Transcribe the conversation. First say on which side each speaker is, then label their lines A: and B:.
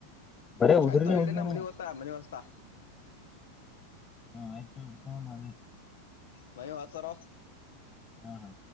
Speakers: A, on the left; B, on the left.
A: ಬರೇ ಉದ್ರಿನೇ
B: ಆಯ್ತ ಇಲ್ರಿನ
A: ಓದಿದೆ
B: ಮನಿ
A: ನಾ
B: ಓ್ತ ಮನಿ ಹಸ್ತಾ
A: ಹಾ ಆಯ್ತು ನಾವೇ
B: ಮನಿಯ ಹತರ
A: ಹಾ ಹಾ